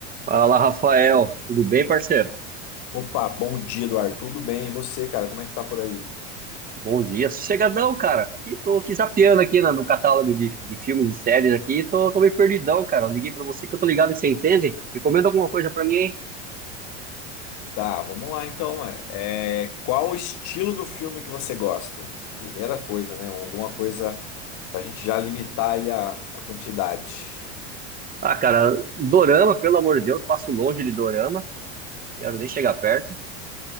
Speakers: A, on the right (about 25°); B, on the left (about 55°).
A: Fala, Rafael. Tudo bem, parceiro?
B: Opa, bom dia, Eduardo. Tudo bem? E você, cara? Como é que tá por aí?
A: Bom dia. Sossegadão, cara. E tô aqui zapeando aqui na- no catálogo de, de filmes e séries aqui. Tô, tô meio perdidão, cara. Eu liguei pra você que eu tô ligado e você entende. Recomenda alguma coisa pra mim, hein?
B: Tá, vamos lá então. ué. É, qual o estilo do filme que você gosta? Primeira coisa, né? Alguma coisa pra gente já limitar aí a, a quantidade.
A: Ah, cara, dorama, pelo amor de Deus, passo longe de dorama. Quero nem chegar perto.